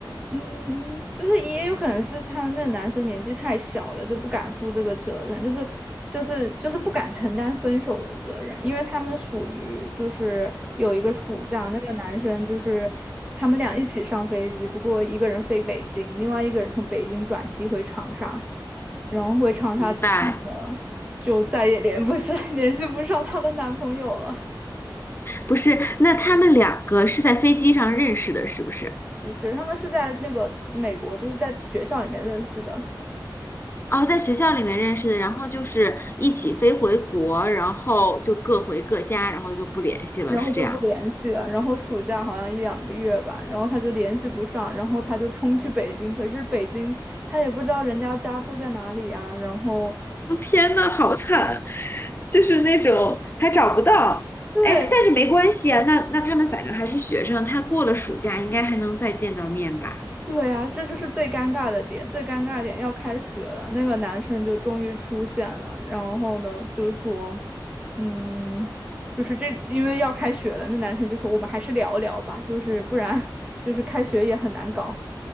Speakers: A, on the right (about 15°); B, on the left (about 30°).
A: 嗯，就是也有可能是他那男生年纪太小了，就不敢负这个责任，就是就是就是不敢承担分手的责任，因为他们属于就是有一个暑假，那个男生就是他们俩一起上飞机，不过一个人飞北京，另外一个人从北京转机回长沙，然后回长沙之后呢，
B: 明白，
A: 就再也联不上 <laughs> 联系不上她的男朋友了。
B: 不是，那他们两个是在飞机上认识的，是不是？
A: 不是，他们是在那个美国，就是在学校里面认识的，
B: 哦，在学校里面认识的，然后就是一起飞回国，然后就各回各家，然后就不联系了，
A: 然后就不联系了。
B: 是这样。
A: 然后暑假好像一两个月吧，然后他就联系不上，然后他就冲去北京。可是北京他也不知道人家家住在哪里啊，然后
B: 天呐，好惨！就是那种还找不到。
A: 对，
B: 哎，但是没关系啊，那那他们反正还是学生，他过了暑假应该还能再见到面吧？
A: 对啊，这就是最尴尬的点，最尴尬的点要开学了，那个男生就终于出现了，然后呢就说，嗯，就是这因为要开学了，那男生就说我们还是聊聊吧，就是不然就是开学也很难搞。